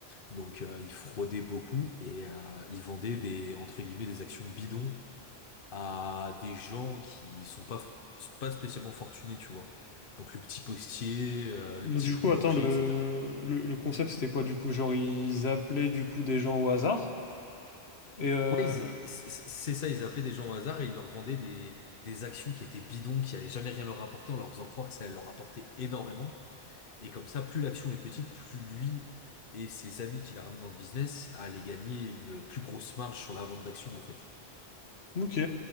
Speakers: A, on the left (about 60°); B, on the left (about 80°).
A: Donc, euh, il fraudait beaucoup et euh, il vendait des, entre guillemets, des actions bidons à des gens qui sont pas, pas spécialement fortunés, tu vois. Donc, le petit postier, euh, le
B: Mais
A: petit
B: du
A: boulanger,
B: coup, attends, le,
A: etc.
B: le, le concept, c'était quoi, du coup? Genre, ils appelaient, du coup, des gens au hasard. Et, euh,
A: Ouais, ils- c'est c'est ça, ils appelaient des gens au hasard et ils leur vendaient des, des actions qui étaient bidons, qui allaient jamais rien leur apporter, en leur faisant croire que ça allait leur apporter énormément. Et comme ça, plus l'action est petite, plus lui et ses amis qui la ramènent dans le business allaient gagner une plus grosse marge sur la vente d'actions, en fait.
B: ok.